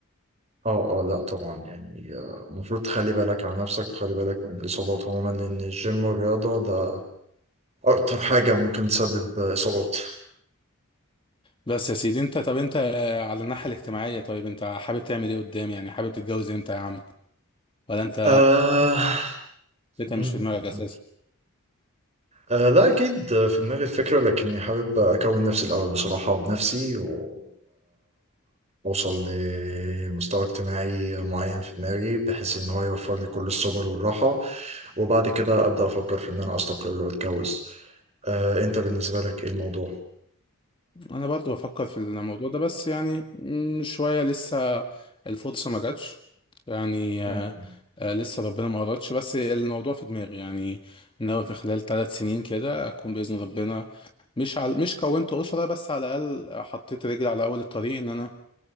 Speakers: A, on the right; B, on the left.
A: اه اه لا طبعا يعني آه، المفروض تخلي بالك على نفسك وتخلي بالك من الإصابات عموما لأن الجيم والرياضة ده أكتر حاجة ممكن تسبب آه، إصابات
B: بس يا سيدي انت طب انت آه، على الناحيه الاجتماعيه طيب انت حابب تعمل ايه قدام يعني حابب تتجوز امتى يا عم ولا انت
A: آه...
B: فكره
A: م-
B: مش في دماغك اساسا
A: م. آه لا أكيد آه، في دماغي الفكرة لكني حابب أكون نفسي الأول بصراحة بنفسي و... وأوصل لمستوى اجتماعي معين في دماغي بحيث إن هو يوفر لي كل السبل والراحة وبعد كده أبدأ أفكر في إن أنا أستقر وأتجوز آه أنت بالنسبة لك إيه الموضوع؟
B: انا برضو بفكر في الموضوع ده بس يعني م- شوية لسه الفرصة ما جاتش يعني
A: م-
B: آه، آه، لسه ربنا ما قررتش بس الموضوع في دماغي يعني ناوي في خلال ثلاث سنين كده اكون بإذن ربنا مش على مش كونت أسرة بس على الأقل حطيت رجلي على أول الطريق ان انا